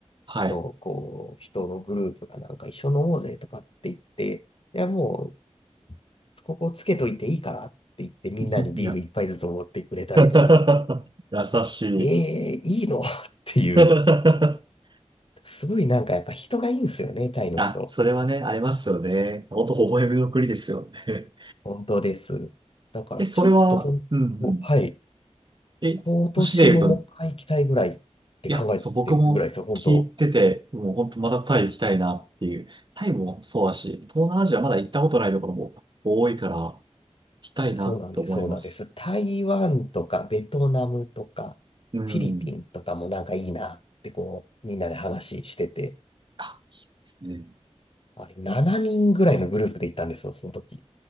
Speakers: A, on the right (about 40°); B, on the left (about 50°).
A: はい。
B: のこう、人のグループがなんか一緒に飲もうぜとかって言って、いや、もここつけといていいからって言ってみんなにビール一杯ずつおごってくれたりとか、
A: <laughs> いや、<laughs> 優しい。
B: ええいいの <laughs> っていう、
A: <laughs>
B: すごいなんかやっぱ人がいいんですよね、タイの人。
A: あ、それはね、ありますよね。ほんと微笑みの国ですよね。
B: 本当です。だからちょっと本当、
A: <laughs> え、それは、うんうん。
B: はい。
A: え、
B: 今年ももう一回行きたいぐらいって考えてるぐらいですよ、
A: 市で言うといや、そう、僕も聞いてて、
B: 本当。
A: もう本当まだタイ行きたいなっていう。タイもそうだし、東南アジアまだ行ったことないところも多いから、行きたいなと思います。
B: いや、そうなんです、そうなんです。台湾とかベトナムとかフィリピンとかもなんかいいなってこう、
A: うん。
B: みんなで話してて、
A: あ、ですね。
B: あれ7人ぐらいのグループで行ったんですよ、その時。